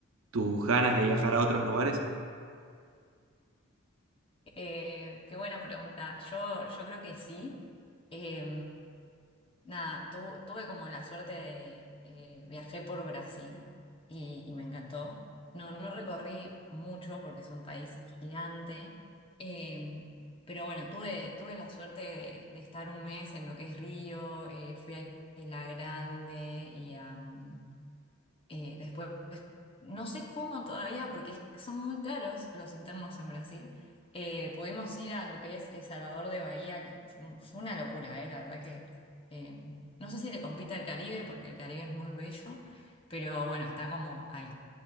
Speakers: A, on the right; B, on the left.
A: tus ganas de viajar a otros lugares?
B: Eh, qué buena pregunta. Yo, yo creo que sí. Eh, nada, tu- tuve como la suerte de eh, viajé por Brasil y, y me encantó. No, no recorrí mucho porque es un país gigante. Eh, pero bueno, tuve, tuve la suerte de, de estar un mes en lo que es Río. eh, fui a Isla Grande y a mm, eh, después, no sé cómo todavía, porque es- son muy caros los internos en Brasil. Eh, pudimos ir a lo que es El Salvador de Bahía, que fue, un- fue una locura, eh, la verdad que eh, no sé si le compite al Caribe, porque el Caribe es muy bello, pero bueno, está como ahí.